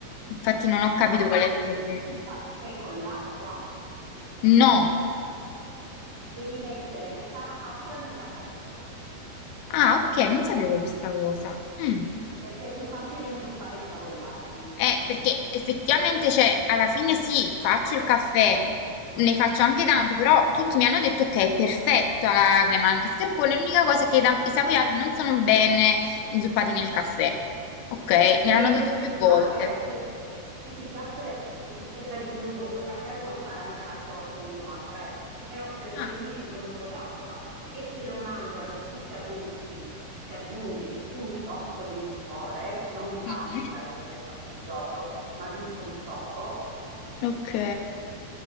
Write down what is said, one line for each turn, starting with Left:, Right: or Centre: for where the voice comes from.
Left: Infatti non ho
Right: ma
Left: capito qual
Right: diluisci
Left: è il problema.
Right: il caffè con l'acqua,
Left: No.
Right: devi mettere metà acqua e metà caffè,
Left: Ah, ok, non sapevo questa cosa. Mm.
Right: perché è più facile inzuppare i savoiardi.
Left: Eh, perché effettivamente, cioè, alla fine sì, faccio il caffè, ne faccio anche tanto, però tutti mi hanno detto che è perfetta la crema al mascarpone, l'unica cosa è che i da- i savoiardi non sono bene inzuppati nel caffè. Ok, me
Right: Se
Left: l'hanno
Right: non
Left: detto
Right: ti
Left: più
Right: piace,
Left: volte.
Right: se, se ti piace che si senta di più il gusto caffè, puoi fare anche rapporto 1 a 3, però se lo diluisci
Left: Ah,
Right: con un po' d'acqua e se lo mangiano tutti adulti, ci aggiungi un tocco di liquore, non tanto
Left: mhm,
Right: da essere fastidioso, ma giusto un tocco,
Left: Ok.